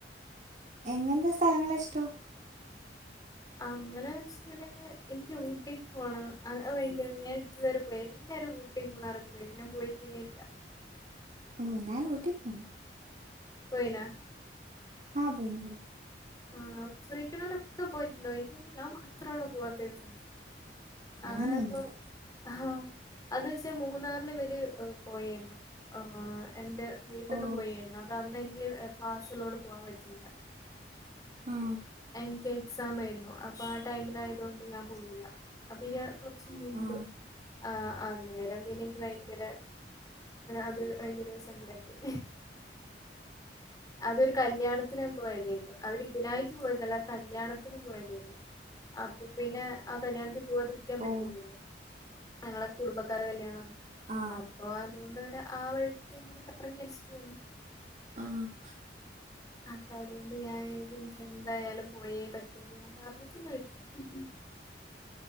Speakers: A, on the right; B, on the left.
A: എങ്ങെന്താ സ്ഥലങ്ങള ഇഷ്ടോ
B: അങ്ങനെ വെച്ചിട്ടുണ്ടെങ്കിൽ എനിക്ക് ഊട്ടി പോണം വൈങ്ക ഞാൻ ഇതുവരെ പോയി എല്ലാരും ഊട്ടി പോന്നാറൊക്കെ പോയി ഞാൻ പോയിട്ടേ ഇല്ല
A: ഓ ഞാൻ ഊട്ടി പോയിനു
B: പോയിനാ
A: ആ പോയിനു
B: ആ ചോദിക്കുണോരൊക്കെ പോയിട്ടുണ്ടോയിക്കു ഞാൻ മാത്രാണ പോവാത്തെന്ന് ആ
A: അങ്ങനെയൊന്നുമില്ല
B: അപ്പൊ ആഹ അത് വെച്ചാ മൂന്നാറിനിബര് പോയേരുന്നു. ആ എന്റെ വീട്ടന്ന്
A: ഓ
B: പോയേരുന്നു അത് അന്നെനിക്ക് ക്ലാസ്സിള്ളോടണ്ട് പോവാൻ പറ്റിയില്ല
A: ആ
B: എന്ക്ക് എക്സാമായ്രുന്നു. അപ്പൊ ആ ടൈമിലായതൊണ്ട് ഞാൻ പോയില്ല അപ്പൊ ചുമുമ്പ്
A: ആ
B: ആഹ അന്നേരം പിന്നെക്ക് ഭയങ്കര അത് ഭയങ്കര സങ്കടായ്പ്പോയി അതൊരു കല്യാണത്തിനായി പോയേരുന്നു അവര് ഇതിനായിട്ട് പോയതല്ല കല്യാണത്തിന് പോയതേന് അപ്പൊ പിന്നെ ആ കല്യാണത്തി പോവാതിരിക്കാൻ പറ്റൂലല്ലോ
A: ഓ
B: ഞങ്ങളെ കുടുംബക്കാരെ കല്യാണണ്
A: ആ
B: അപ്പൊ അതുകൊണ്ടര ആ വഴിക്ക് അങ്ങനെക്ക കറങ്ങിയടിച്ചിട്ട് വന്ന്‌
A: ആഹ്
B: അപ്പൊ അതുകൊണ്ട് ഞാൻത് എനിക്ക് എന്തായാലും പോയേ പറ്റൂന്ന് ഞാൻ പറഞ്ഞിട്ടണ്ട് വീട്ടില്